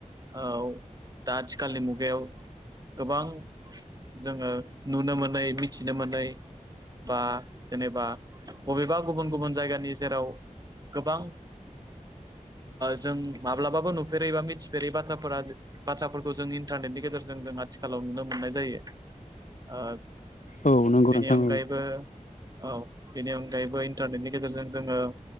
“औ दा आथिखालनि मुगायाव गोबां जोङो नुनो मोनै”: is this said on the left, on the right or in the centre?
Right